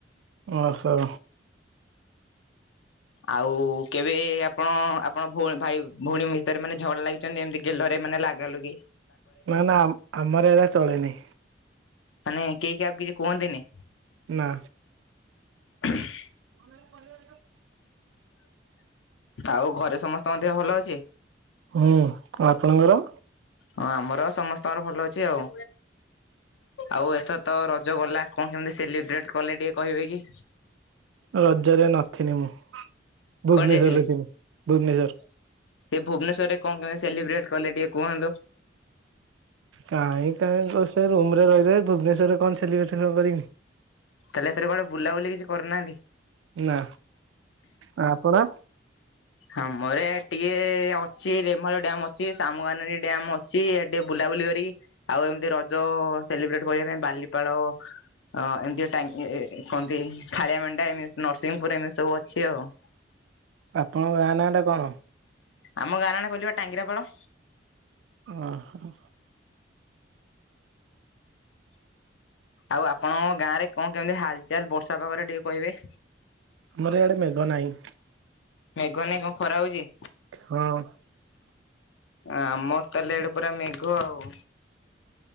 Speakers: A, on the right; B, on the left.
A: ଓହୋ।
B: ଆଉ କେବେ ଆପଣ ଆପଣଭ ଭାଇ ଭଉଣୀ ଭିତରେ ମାନେ ଝଗଡା ଲାଗି ଏମିତି ଗେଲରେ ମାନେ ଲାଗାଲୁଗି
A: ନା ନା ଆମର ଏରା ଚଳେନିଁ।
B: ମାନେ କେହି କାହାକୁ କିଛି କୁହନ୍ତିନି।
A: ନା।
B: <unintelligible>
A: <inaudible>
B: ଆଉ ଘରେ ସମସ୍ତଙ୍କ ଦେହ ଭଲ ଅଛି?
A: ହୁଁ, ଆପଣଙ୍କର?
B: ହଁ ଆମର ସମସ୍ତଙ୍କର ଭଲ ଅଛି ଆଉ। ଆଉ ଏଥର ତ ର ଜ ଗଲା କଣ କେମିତି ସେଲିବ୍ରେଟ କଲେ ଟିକେ କହିବେ କି?
A: ରଜରେ ନଥିନି ମୁଁ ଭୁବନେଶ୍ଵରରେ
B: କୁଆଡେ ଯାଇଥିଲେ?
A: ଥିଲି ଭୁବନେଶ୍ଵର।
B: ସେ ଭୁବନେଶ୍ୱରରେ କଣ କେମିତି ସେଲିବ୍ରେଟ କଲେ ଟିକେ କୁହନ୍ତୁ।
A: କାହିଁ କାହିଁ ସେ ରୁମ ରେ ରହି ରହି ଭୁବନେଶ୍ଵରରେ କଣ ସେଲିବ୍ରେସନ କରିମି।
B: ତାହେଲେ ଏଥିରେ କୁଆଡେ ବୁଲାବୁଲି କିଛି କରିନାହାନ୍ତି?
A: ନା, ଆ ଆପଣ?
B: ଆମର ଇଆଡ଼େ ଟିକେ ଅଛି ରେମାଳ ଡ୍ୟମ୍ ଅଛି ସାମୁକାନଦୀ ଡ୍ୟମ୍ ଅଛି, ଟିକେ ବୁଲାବୁଲି କରିକି ଆଉ ଏମିତି ରଜ ସେଲିବ୍ରେଟ କରିବା ପାଇଁ ବାଲିପାଳ ହଁ ଏମିତି ଟ କନ୍ତି ଖାଳିଆ ମେଣ୍ଢା ଏମିତି ନରସିଂହପୁର ଏମିତି ସବୁ ଅଛି ଆଉ।
A: ଆପଣଙ୍କ ଗାଁ ନାଁ ଟା କଣ?
B: ଆମ ଗାଁ ନାଁ ଟା କହିଲି ବା ଟାଙ୍ଗିରାପାଳ।
A: ଓ ହୋ।
B: ଆଉ ଆପଣଙ୍କ ଗାଁ ରେ କଣ କେମିତି ହାଲଚାଲ ବର୍ଷା ପାଗରେ ଟିକେ କହିବେ?
A: ଆମର ଇଆଡେ ମେଘ ନାହିଁ।
B: ମେଘ ନାଇଁ କଣ ଖରା ହଉଛି?
A: ହଁ।
B: ଆମର ତାହେଲେ ଇଆଡ଼େ ପୁରା ମେଘ ଆଉ।